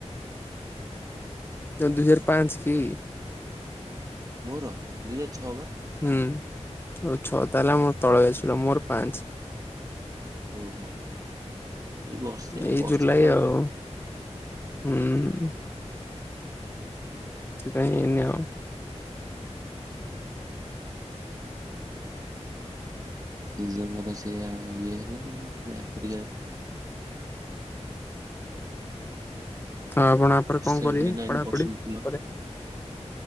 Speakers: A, on the left; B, on the right.
A: ଦୁଇ ହଜାର୍ ପାଞ୍ଚ୍ କି?
B: ମୋର ଦୁଇ ହଜାର ଛଅ ବା।
A: ହୁଁ, ଆଉ ଛଅ ତା' ହେଲେ ଆମ ତଳ ବ୍ୟାଚ୍ ପିଲା, ମୋର ପାଞ୍ଚ୍।
B: ଓହୋ, ସେଇ ବର୍ଷେ
A: ଏଇ
B: ବର୍ଷେ
A: ଜୁଲାଇ ଆଉ <inaudible> ସେଥିପାଇଁ ଏଇନି ଆଉ
B: ଜେଜଙ୍କର ସେଇଆ ଇଏ ହେଲା ଆଉ ଆପ୍ରିକା
A: ଆ ଆପଣ ଆପରେ କଣ
B: ସେଭେଣ୍ଟି
A: କରିବେ
B: ନଇନ
A: ପଢାପଢି
B: ପରସେଣ୍ଟ ଥିଲା।
A: ପରେ?